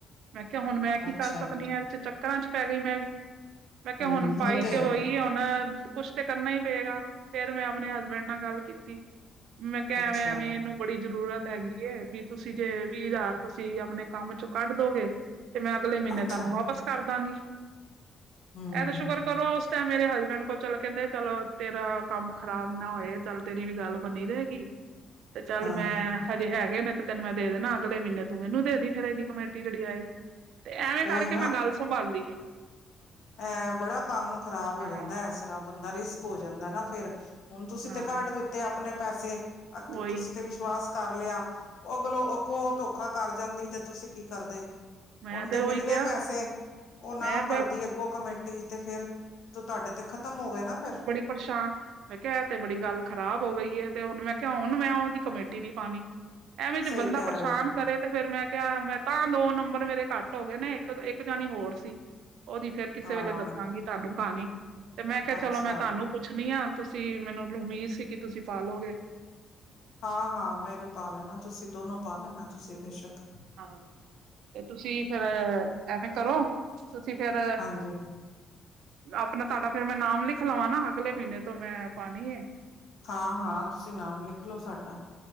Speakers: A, on the right; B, on the left.
A: ਮੈਂ ਕਿਆ ਹੁਣ ਮੈਂ ਕੀ
B: ਅੱਛਾ
A: ਕਰ ਸਕਨੀ ਆਂ, ਏਦੇ 'ਚ ਚੱਕਰਾਂ 'ਚ ਪੈ ਗੀ ਮੈਂ ਵੀ। ਮੈਂ ਕਿਆ
B: ਹਮ
A: ਹੁਣ ਪਾਈ
B: ਉਹ
A: ਤੇ
B: ਹੈ
A: ਹੋਈ ਹੁਣ ਕੁਛ- ਤੇ ਕਰਨਾ ਈ ਪਏਗਾ, ਫੇਰ ਮੈਂ ਆਪਣੇ ਹਸਬੈਂਡ ਨਾਲ ਗੱਲ ਕੀਤੀ। ਮੈਂ ਕਿਆ
B: ਅੱਛਾ
A: ਐਵੇਂ ਐਵੇਂ ਏਨੂੰ- ਬੜੀ ਜ਼ਰੂਰਤ ਹੈਗੀ ਏ, ਵੀ ਤੁਸੀਂ ਜੇ ਵੀਅ ਹ਼ਜ਼ਾਰ ਤੁਸੀਂ ਆਪਣੇ ਕੰਮ 'ਚੋਂ ਕੱਢ ਦੋਗੇ। ਤੇ ਮੈਂ ਅਗਲੇ ਮੀਨੇ
B: ਅੱਛਾ
A: ਤਾਨੂੰ ਵਾਪਸ ਕਰ ਦਾਂਗੀ।
B: ਹਮ
A: ਐ ਤੇ ਸ਼ੁਕਰ ਕਰੋ- ਤੇਂ ਮੇਰੇ ਹਸਬੈਂਡ ਕੋਲ ਚਲੋ ਕੈਂਦੇ ਚਲੋ ਤੇਰਾ ਕੰਮ ਖ਼ਰਾਬ ਨਾ ਓਏ। ਚੱਲ ਤੇਰੀ ਵੀ ਗੱਲ ਬਣੀ ਰ‌ਏਗੀ। ਤੇ ਚੱਲ
B: ਹਾਂ
A: ਮੈਂ- ਹਜੇ ਹੈਗੇ ਨੇ ਤੇ ਤੈਨੂੰ ਮੈਂ ਦੇ ਦੇਣਾ, ਅਗਲੇ ਮੀਨੇ ਤੂੰ ਮਿਨੂੰ ਦੇ ਦੀਂ ਫੇਰ ਏਦੀ। ਕਮੇਟੀ ਜੜੀ ਆਏਗੀ, ਤੇ ਐਵੇਂ ਕਰਕੇ
B: ਉਹੀ
A: ਮੈਂ ਗੱਲ ਸੰਭਾਲੀ‌
B: ਐ ਬੜਾ ਕੰਮ ਖ਼ਰਾਬ ਹੋ
A: ਹਾਂ
B: ਜਾਂਦਾ, ਐਸਰ੍ਹਾਂ ਬੰਦਾ ਰਿਸਕ ਹੋ ਜਾਂਦਾ ਨਾ ਫੇਰ। ਹੁਣ ਤੁਸੀਂ
A: ਹਾਂ
B: ਤੇ ਕੱਢ ਦਿੱਤੇ ਆਪਣੇ ਪੈਸੇ। ਆ
A: ਉਹੀ
B: ਤੁਸੀਂ ਤੇ ਵਿਸ਼ਵਾਸ- ਕਰ ਲਿਆ। ਅਗਲੋਂ ਅੱਗੋਂ ਓ ਧੋਖਾ ਕਰ ਜਾਂਦੀ ਤੇ ਤੁਸੀਂ ਕੀ ਕਰਦੇ।
A: ਮੈਂ
B: ਓਨੂੰ ਤੇ
A: ਉਹੀ
B: ਮਿਲ
A: ਕਿਹਾ
B: ਗਏ ਪੈਸੇ। ਓ ਨਾ
A: ਮੈਂ ਮੈਂ-
B: ਭਰਦੀ ਅੱਗੋਂ ਕਮੇਟੀ ਤੇ ਫੇਰ- ਤੋ ਤਾਡੇ ਤੇ ਖ਼ਤਮ ਓ ਗਏ ਨਾ ਫੇਰ।
A: ਪਰਸ਼ਾਨ ਮੈਂ ਕਿਆ ਤੇ ਬੜੀ ਗੱਲ ਖਰਾਬ ਹੋ ਗਈ ਏ, ਤੇ ਹੁਣ ਮੈਂ ਕਿਆ ਹੁਣ ਮੈਂ ਓਦੀ ਕਮੇਟੀ ਨੀ ਪਾਣੀ। ਐਵੇਂ ਜੇ
B: ਸਹੀ
A: ਬੰਦਾ
B: ਕਹਿ
A: ਪਰਸ਼ਾਨ
B: ਰਹੇ ਹੋ
A: ਕਰੇ ਤੇ ਫੇਰ ਮੈਂ ਕਿਆ ਮੈਂ- ਤਾਂ ਦੋ ਨੰਬਰ ਮੇਰੇ ਘੱਟ ਹੋ ਗੇ ਨੇ। ਇੱਕ ਇੱਕ ਜਾਣੀ ਹੋਰ ਸੀ, ਓਦੀ ਫੇਰ ਕਿਸੇ
B: ਹਾਂ
A: ਵੇਲੇ ਦੱਸਾਂਗੀ। ਤਾਨੂੰ ਕਾਣੀ- ਤੇ ਮੈਂ ਕਿਹਾ
B: ਅੱਛਾ
A: ਚਲੋ ਮੈਂ ਤੁਹਾਨੂੰ ਪੁੱਛਣੀ ਆ ਤੁਸੀਂ ਮੈਨੂੰ ਉਮੀਦ ਸੀ ਕਿ ਤੁਸੀਂ ਪਾਾਲੋਗੇ
B: ਹਾਂ-ਹਾਂ ਮੇ ਤੇ ਪਾ ਲੈਣਾ ਤੁਸੀਂ ਦੋਨੋ ਪਾ ਲੈਣਾ ਤੁਸੀਂ ਬੇਸ਼ੱਕ
A: ਹਾਂ ਤੇ ਤੁਸੀਂ ਫਿਰ ਐਵੇਂ ਕਰੋ ਤੁਸੀਂ ਫੇਰ
B: ਹਾਂਜੀ
A: ਅਪਣਾ ਤੁਹਾਡਾ ਫੇਰ ਮੈਂ ਨਾਮ ਲਿਖ ਲਵਾਂ ਨਾ ਅਗਲੇ ਮਹੀਨੇ ਤੋਂ ਮੈਂ ਪਾਣੀ ਏ
B: ਹਾਂ-ਹਾਂ ਤੁਸੀਂ ਨਾਮ ਲਿਖ ਲਓ ਸਾਡਾ